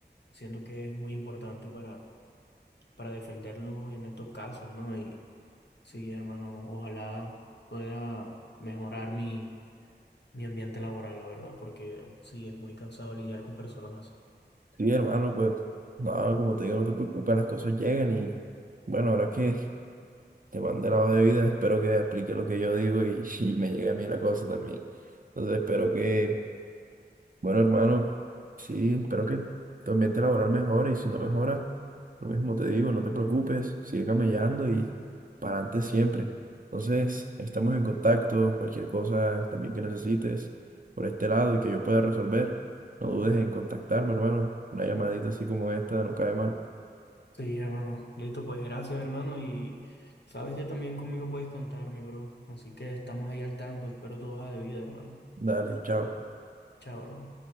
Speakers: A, on the left (about 75°); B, on the right (about 50°).
A: Siento que es muy importante para, para defendernos en estos casos, ¿no? Y sí, hermano, ojalá pueda mejorar mi, mi ambiente laboral, la verdad, porque sí, es muy cansado lidiar con personas así.
B: Sí, hermano, pues, no, como te digo, no te preocupes, las cosas llegan y bueno, ahora que te mandé la hoja de vida, espero que explique lo que yo digo y, <laughs> y me llegue a mí la cosa también. Entonces, espero que, bueno, hermano, sí, espero que tu ambiente laboral mejore y si no mejora, lo mismo te digo, no te preocupes, sigue camellando y para adelante siempre. Entonces, ahí estamos en contacto, cualquier cosa también que necesites por este lado y que yo pueda resolver, no dudes en contactarme, hermano. Una llamadita así como esta no cae mal.
A: Sí, hermano. Listo, pues gracias, hermano. Y sabes que también conmigo puedes contar, mi bro. Así que estamos ahí al tanto. Espero tu hoja de vida, hermano.
B: Dale, chao.
A: Chao, hermano.